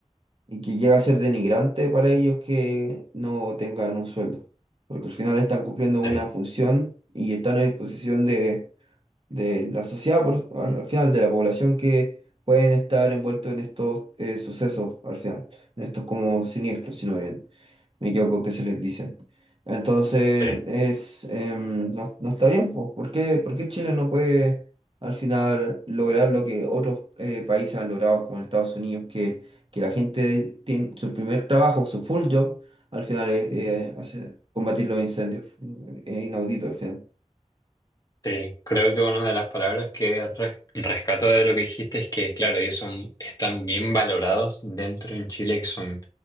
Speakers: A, on the right (about 45°); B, on the left (about 30°).
A: y que llega a ser denigrante para ellos que no tengan un sueldo, porque al final están cumpliendo
B: Sí,
A: una función y están a disposición de, de la sociedad, por- al al final de la población que pueden estar envueltos en estos eh, sucesos, al final, en estos como siniestros, sino bien me equivoco que se les dice. Entonces,
B: sí,
A: es, em, no, no está bien, pues. ¿Por qué, por qué Chile no puede al final lograr lo que otros eh, países han logrado, como en Estados Unidos, que, que la gente tiene su primer trabajo, su full job, al final es eh, hacer- combatir los incendios? Es inaudito al final.
B: Sí, creo que una de las palabras que res- rescato de lo que dijiste es que, claro, ellos son, están bien valorados dentro en Chile, que son